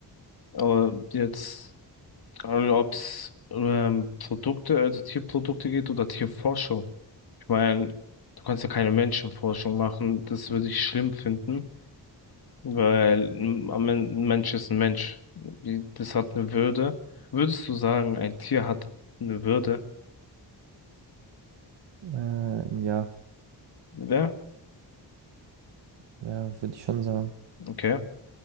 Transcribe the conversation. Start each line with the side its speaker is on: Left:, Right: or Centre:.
Left: Aber jetzt, also ob es ähm, Produkte, also Tierprodukte geht oder Tierforschung. Ich meine, du kannst ja keine Menschenforschung machen, das würde ich schlimm finden. Weil m, am Ende ein Mensch ist ein Mensch. Die- Das hat eine Würde. Würdest du sagen, ein Tier hat eine Würde?
Right: ähm, ja,
Left: Ja,
Right: ja, würde ich schon sagen.
Left: okay.